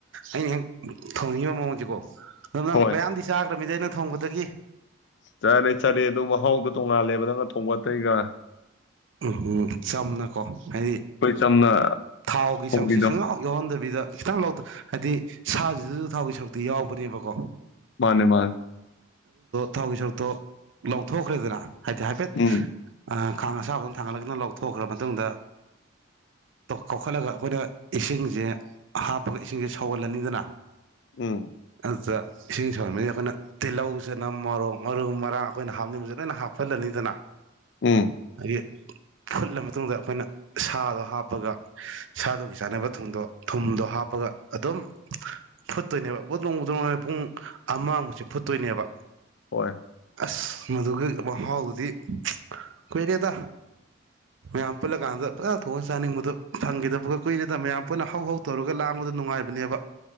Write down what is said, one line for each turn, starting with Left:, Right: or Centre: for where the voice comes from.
Right: ꯑꯩꯅ ꯍꯦꯛ ꯊꯣꯡꯅꯤꯡꯉꯤꯕ ꯃꯑꯣꯡꯁꯦꯀꯣ ꯑꯗꯨ ꯅꯪ
Left: ꯍꯣꯏ
Right: ꯃꯌꯥꯝꯗꯤ ꯆꯥꯈ꯭ꯔꯕꯃꯤꯗ ꯅꯪ꯫ ꯊꯣꯡꯕꯗꯒꯤ
Left: ꯆꯔ- ꯆꯔꯦ ꯑꯗꯨ ꯃꯍꯥꯎꯗꯣ ꯇꯣꯡꯉꯥꯜꯂꯦꯕ ꯅꯪꯅ ꯊꯣꯡ <unintelligible>
Right: ꯎ ꯎꯝ ꯆꯝꯅꯥꯀꯣ ꯍꯥꯏꯗꯤ
Left: ꯆꯝꯅ
Right: ꯊꯥꯎꯒꯤ
Left: ꯊꯣꯡꯕꯤꯗꯣ
Right: ꯁꯔꯨꯛꯁꯦ ꯁꯨꯡꯌꯥꯎ ꯌꯥꯎꯍꯟꯗꯕꯤꯗ ꯈꯤꯇꯪ ꯂꯧ ꯍꯥꯏꯗꯤ ꯁꯥ ꯁꯤꯗꯁꯨ ꯊꯥꯎꯒꯤ ꯁꯔꯨꯛꯇꯤ ꯌꯥꯎꯕꯅꯦꯕꯥꯀꯣ
Left: ꯃꯥꯅꯦ- ꯃꯥꯅꯦ꯫
Right: ꯊꯥꯎꯒꯤ ꯁꯔꯨꯛꯇꯣ ꯂꯧꯊꯣꯛꯈ꯭ꯔꯦꯗꯅ ꯍꯥꯏꯗꯤ ꯍꯥꯏꯐꯦꯠ
Left: ꯎꯝ
Right: ꯑ ꯈꯥꯡ ꯑꯁꯥꯕ ꯑꯃ ꯊꯥꯡꯒꯠꯂꯒ ꯅꯪ ꯂꯧꯊꯣꯛꯈ꯭ꯔꯕ ꯃꯇꯨꯡꯗ ꯀꯣꯛ ꯈꯠꯂꯒ ꯑꯩꯈꯣꯏꯅ ꯏꯁꯤꯡꯁꯦ ꯍꯥꯞꯄꯒ ꯏꯁꯤꯡꯁꯦ ꯁꯧꯍꯜꯂꯅꯤꯗꯅ
Left: ꯎꯝ꯫
Right: ꯑꯗꯨꯗ ꯏꯁꯤꯡ ꯁꯧꯍꯟꯕꯁꯤꯗ ꯑꯩꯈꯣꯏꯅ ꯇꯤꯜꯍꯧ ꯆꯥꯅꯝ ꯃꯣꯔꯣꯛ ꯃꯔꯨ ꯃꯔꯥꯡ ꯑꯩꯈꯣꯏꯅ ꯍꯥꯞꯅꯤꯡꯕꯁꯦ ꯂꯣꯏꯅ ꯍꯥꯞꯐꯜꯂꯅꯤꯗꯅ
Left: ꯎꯝ꯫
Right: ꯑꯗꯒꯤ ꯐꯨꯠꯂ ꯃꯇꯨꯡꯗ ꯑꯩꯈꯣꯏꯅ ꯁꯥꯗꯣ ꯍꯥꯞꯄꯒ ꯁꯥꯗꯨꯒꯤ ꯆꯥꯅꯕ ꯊꯨꯝꯗꯣ ꯊꯨꯝꯗꯣ ꯍꯥꯞꯄꯒ ꯑꯗꯨꯝ ꯐꯨꯠꯇꯣꯏꯅꯦꯕ ꯕꯣꯗꯔꯣꯡ-ꯕꯣꯗꯔꯣꯡ ꯍꯥꯏꯔꯒ ꯄꯨꯡ ꯑꯃꯃꯨꯛꯁꯦ ꯐꯨꯠꯇꯣꯏꯅꯦꯕ
Left: ꯍꯣꯏ
Right: ꯑꯁ ꯃꯗꯨꯒꯤ ꯃꯍꯥꯎꯗꯨꯗꯤ ꯆ ꯀꯨꯏꯔꯦꯗ ꯃꯌꯥꯝ ꯄꯨꯜꯂ ꯀꯥꯟꯗ ꯐꯖꯅ ꯊꯣꯛꯉꯥ ꯆꯥꯅꯤꯡꯕꯗꯣ ꯐꯪꯈꯤꯗꯕꯒ ꯀꯨꯏꯔꯦꯗ ꯃꯌꯥꯝ ꯄꯨꯟꯅ ꯍꯧ- ꯍꯧ ꯇꯧꯔꯒ ꯂꯥꯡꯕꯗꯣ ꯅꯨꯡꯉꯥꯏꯕꯅꯦꯕ꯫